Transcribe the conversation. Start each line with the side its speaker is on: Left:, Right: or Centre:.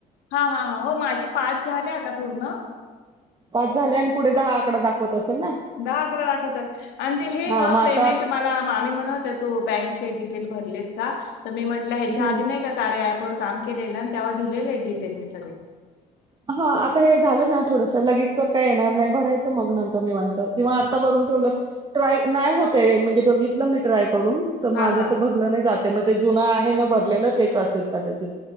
Left: हा हा हा, हो. माझे पाच झाले आता पूर्ण.
Right: पाच झाले, आणि पुढे दहा आकडा दाखवत असेल ना?
Left: दहा आकड दाखवतात, आणि ते हे
Right: हा
Left: ग,
Right: मग आता
Left: पेमेंट मला मामी म्हणत होत्या हो, बँक चे डिटेल भरले का? म मी म्हटल, ह्याच्या
Right: हम्म
Left: आधी नाही का कार्य ॲपवर काम केलेलं आहे, आणि त्यावर दिलेले मी डिटेल सगळे.
Right: हा, आता हे झालं ना थोडंसं, लगेच तर काय येणार नाही, भरायचं मग नंतर निवांत, किंवा आता भरून ठेवलं ट्राय, नाही होतय, म्हणजे बघितलं मी ट्राय करून. त माझं
Left: हा हा
Right: त भरलं नाही जाते, म ते जुन आहे ना भरलेलं तेच असेल कदाचित